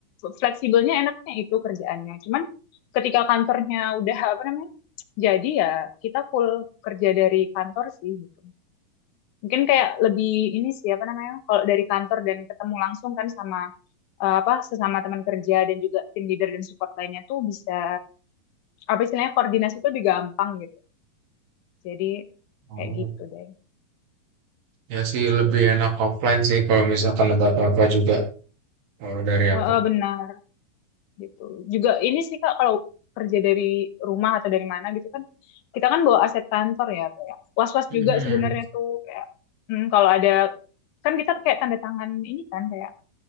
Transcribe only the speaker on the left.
fleksibelnya enaknya itu kerjaannya cuman ketika kantornya udah apa namanya jadi ya kita full kerja dari kantor sih gitu mungkin kayak lebih ini sih apa namanya kalau dari kantor dan ketemu langsung kan sama eh, apa sesama teman kerja dan juga tim leader dan support lainnya tuh bisa apa istilahnya koordinasi tuh lebih gampang gitu jadi
kayak gitu deh
Cul.
Heeh, benar gitu. Juga ini sih Kak kalau kerja dari rumah atau dari mana gitu kan kita kan bawa aset kantor ya kayak was-was
juga sebenarnya tuh kayak hmm, kalau ada kan kita kayak tanda tangan ini kan kayak